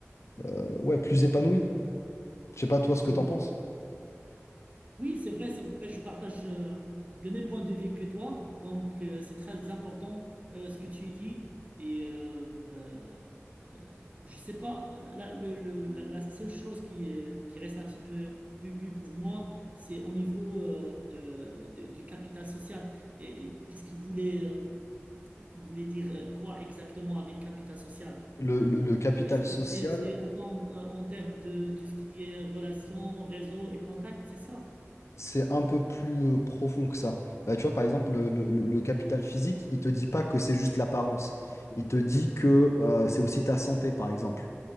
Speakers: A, on the left (about 70°); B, on the right (about 30°).
A: euh, ouais, plus épanoui. Je sais pas toi ce que
B: Oui,
A: t'en penses.
B: oui, c'est vrai, c'est vrai, je partage euh, le même point de vue que toi. Donc, euh, c'est très important euh, ce que tu dis. Et euh, euh, euh, je sais pas, la, le- le- la- la seule chose qui, euh, qui reste un petit peu ambiguë pour moi, c'est au niveau euh, euh, de- du capital social. Et, et qu'est-ce qu'il voulait, euh, qu'il voulait dire euh, quoi exactement avec capital social?
A: Le, le-
B: Euh,
A: le capital
B: Est-ce que
A: social,
B: c'est c'est en, temps- euh, en termes de tout ce qui est relations, réseau et contacts, c'est ça?
A: c'est un peu plus euh, profond que ça. Bah, tu vois, par exemple, le, le- le capital physique, il te dit pas que c'est juste l'apparence. Il te dit que euh, c'est aussi ta santé, par exemple.